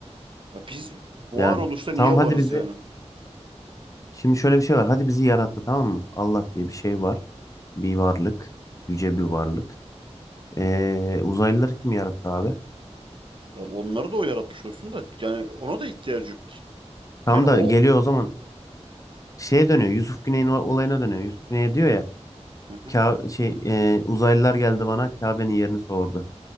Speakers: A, on the right; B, on the left.
A: Ya biz varoluşta
B: Yani
A: niye
B: tamam hadi
A: varız
B: bizi
A: yani?
B: şimdi şöyle bir şey var. Hadi bizi yarattı tamam mı? Allah diye bir şey var. Bir varlık. Yüce
A: Evet.
B: bir varlık. Ee, uzaylıları kim yarattı abi?
A: Ya onları da o yaratmış olsun da yani ona da ihtiyacı yok ki.
B: Tam
A: Yani
B: da
A: o
B: geliyor o zaman şeye dönüyor. Yusuf Güney'in o- olayına dönüyor. Yusuf Güney diyor ya.
A: Hı hı.
B: Ka şey e, uzaylılar geldi bana Kabe'nin yerini sordu.